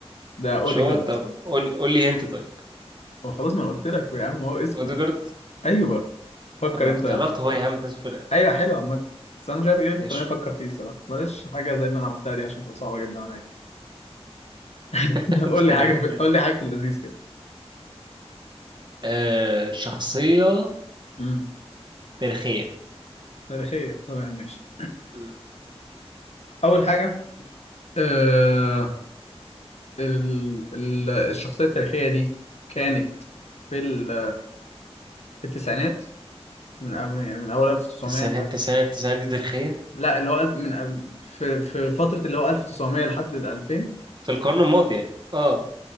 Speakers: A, on the left (about 80°); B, on the right (about 45°).
A: ده اوديجارد
B: مش هو طب قول قول لي انت طيب
A: هو خلاص ما أنا قلت لك يا عم هو اسمه
B: اوديجارد
A: ايوه فكر
B: طب ما انا
A: انت
B: كنت قربت هو يا عم فاز الفرقه
A: ايوه حلو عامة بس انا مش عارف ايه اللي
B: ماشي
A: خلاني افكر فيه الصراحة بلاش حاجة زي اللي انا عملتها دي عشان تبقى صعبة جدا عليا <laughs>
B: <laughs>
A: قول لي
B: طيب
A: حاجة في...
B: ماشي.
A: قول لي حاجة في اللذيذ كده
B: آه شخصيه
A: امم
B: تاريخيه
A: تاريخية تمام ماشي
B: مم.
A: اول حاجة آه... ال... ال... الشخصية التاريخية دي كانت في ال... في التسعينات من أم- يعني من اول 1900
B: التسعينات
A: لحد
B: التسعينات التسعينات دي تاريخيه
A: لا اللي هو ألف- من أم- في في فترة اللي هو 1900 لحد ال 2000
B: في القرن الماضي يعني اه